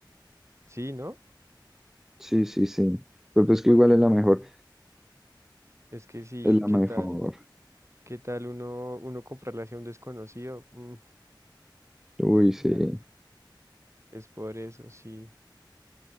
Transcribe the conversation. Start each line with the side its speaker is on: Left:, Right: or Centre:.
Right: Sí, ¿no?
Centre: sí, sí, sí. Pero pues
Right: Porque
Centre: que igual es la mejor,
Right: es que sí,
Centre: es la
Right: ¿qué
Centre: mejor.
Right: tal? ¿Qué tal uno, uno comprarle hacia un desconocido? Mm,
Centre: Uy, sí.
Right: no, es por eso, sí.